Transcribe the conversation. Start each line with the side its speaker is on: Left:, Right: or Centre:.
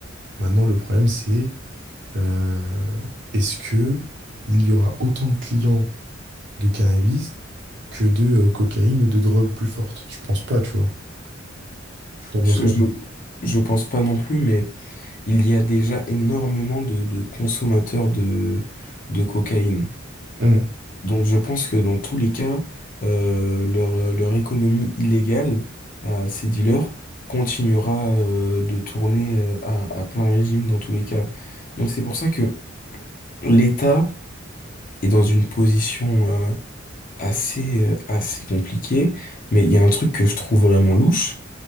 Right: Maintenant, le problème, c'est euh, est-ce que il y aura autant de clients de cannabis que de euh, cocaïne ou de drogue plus forte? Je pense pas, tu vois. T'en penses
Left: Je,
Right: quoi,
Left: je,
Right: toi?
Left: je pense pas non plus, mais il y a déjà énormément de, de consommateurs de, de cocaïne.
Right: Hum,
Left: Donc je pense que dans tous les cas, euh, leur, euh, leur économie illégale à ces dealers continuera euh, de tourner euh, à à plein régime dans tous les cas. Donc c'est pour ça que l'État est dans une position euh, assez, euh, assez compliquée. Mais il y a un truc que je trouve vraiment louche,